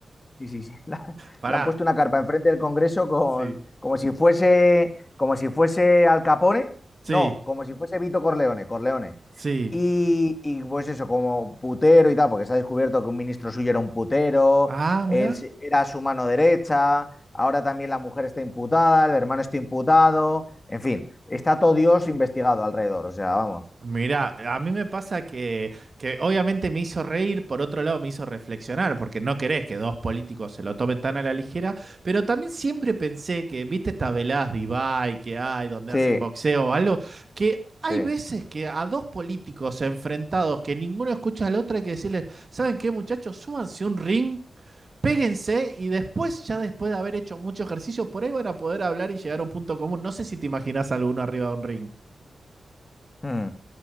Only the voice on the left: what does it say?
Sí, sí, sí. <laughs> La-
le han puesto una carpa enfrente del Congreso con,
como si fuese, como si fuese Al Capone,
no, como si fuese Vito Corleone, Corleone.
Y, y pues eso, como putero y tal, porque se ha descubierto que un ministro suyo era un putero,
él
se- era su mano derecha, ahora también la mujer está imputada, el hermano está imputado, en fin, está todo Dios investigado alrededor, o sea, vamos.
Sí,
sí.
Hmm.